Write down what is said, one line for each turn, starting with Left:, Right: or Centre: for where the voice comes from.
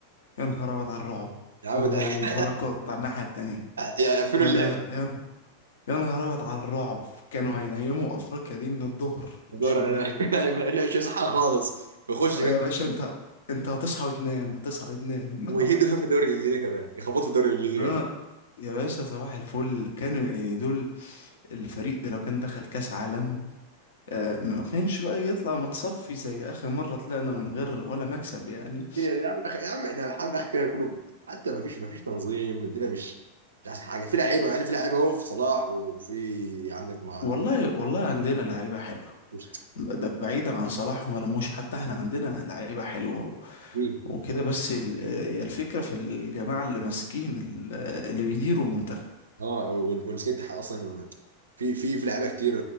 Left: يا نهار أبيض على الرعب
Right: يا عم
Left: و-
Right: ده <laughs>
Left: وبركات على الناحية التانية
Right: يقفلوا
Left: يا
Right: اللعبه
Left: لا يا يا نهار ابيض على الرعب كانوا هينيموا افريقيا دي من الظهر مش
Right: دور انا
Left: من المغرب
Right: <laughs> مش صح خالص بيخش
Left: يا
Right: كمان
Left: باشا انت انت هتصحى وتنام هتصحى وتنام <laughs>
Right: ويهدوا كان في الدوري الانجليزي كمان يخبطوا الدوري الانجليزي
Left: اه
Right: كمان
Left: يا باشا صباح الفل كانوا يعني دول الفريق ده لو كان دخل كاس عالم آه ما كانش بقى يطلع متصفي زي اخر مرة طلعنا من غير ولا مكسب يعني
Right: الدنيا دي يا عم يا عم احنا الحمد لله كده كله حتى ما فيش ما فيش تنظيم الدنيا مش مش احسن حاجه في لعيبه يعني في لعيبه اهو في صلاح وفي عندك ما عندك
Left: والله والله عندنا لعيبة حلوة
Right: مش
Left: ده بعيدا عن صلاح ومرموش حتى احنا عندنا لعيبة حلوة و...
Right: في
Left: وكده بس ال... هي الفكرة في الجماعة اللي ماسكين ال... اللي بيديروا المنتخب
Right: اه و- ومسكين الاتحاد اصلا في في في لعيبه كتير